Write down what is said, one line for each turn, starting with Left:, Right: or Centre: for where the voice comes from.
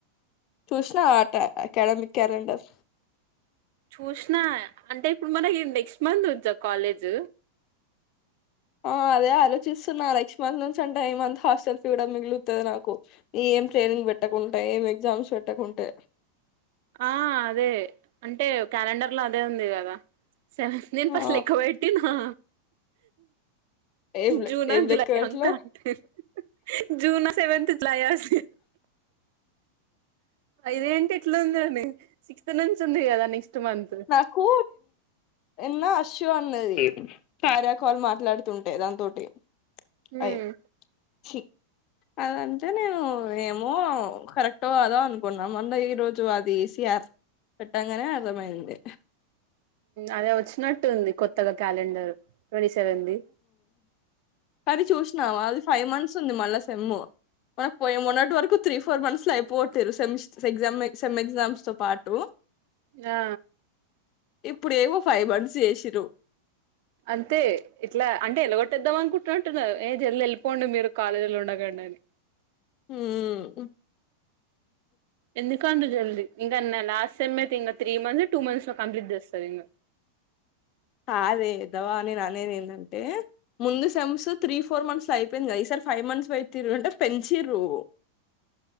Left: చూసినవ ఆట అకాడమిక్ క్యాలెండర్
Right: చూసిన అంటే ఇప్పుడు మనకి నెక్స్ట్ మంత్ నుంచ కాలేజ్
Left: ఆ అదే ఆలోచిస్తున్నా నెక్స్ట్ మంత్ నుంచి అంటే ఏ మంత్ హాస్టల్ ఫీ కూడా మిగులుతుంది నాకు ఏం ట్రైనింగ్ పెట్టకుంటే ఏం ఎగ్జామ్స్ పెట్టకుంటే
Right: ఆ అదే అంటే క్యాలెండర్ లో అదే ఉంది కదా సెవెన్ నేను
Left: ఆ
Right: ఫస్ట్ లెక్క పెట్టినా
Left: ఏం లె
Right: జూన్ ఆ
Left: ఏం
Right: జూలై
Left: లెక్క పెట్లా
Right: ఆ కంటే జూన్ సెవెన్త్ లాయాస్ ఇది ఏంటి ఇట్లా ఉందని సిక్స్త్ నుంచి ఉంది కదా నెక్స్ట్ మంత్
Left: నాకు నిన్న అశు అన్నది కార్యాకాల్ మాట్లాడుతుంటే దాంతోటి
Right: మంత్
Left: అయ్యో ఛీ అదంటే నేను ఏమో కరెక్ట్ కాదా అనుకున్నాం మొన్న ఈ రోజు అదిసి. ఎస్ పెట్టగానే అర్థమయింది.
Right: అదే వచ్చినట్టుంది కొత్తగా క్యాలెండర్. ట్వంటీ సెవెన్ ది.
Left: సనీ చూసినావా అది ఫైవ్ మంత్స్ ఉంది మళ్ళా సెమ్ము. మనకు పోయి మొన్నటి వరకు త్రీ ఫోర్ మంత్స్ లో అయిపోతారు సె ఎగ్జా సెమ్ ఎగ్జామ్స్ తో పాటు.
Right: ఆ.
Left: ఇప్పుడు ఏవో ఫైవ్ మంత్స్ చేసిర్రు.
Right: అంతే ఇట్లా అంటే వెల్లగొట్టేద్దాం అనుకుంటుంటున్నారు ఏ జల్ వెళ్ళిపోండి మీరు కాలేజీలో ఉండకండి అని.
Left: హ.
Right: ఎందుక అంతజల్దీ ఇంకన్నా లాస్ట్ టైమ్ అయితే ఇంకా త్రీ మంత్స్ టూ మంత్స్ లో కంప్లీట్ చేస్తారు ఇంకా.
Left: అదేద్దవా నేను అనేది ఏంటంటే. ముందు సెమ్స్ త్రీ ఫోర్ మంత్స్ లో అయిపోయింది. ఈసారి ఫైవ్ మంత్స్ పెట్టిర్రు అంటే పెంచిర్రు.
Right: <inaudible>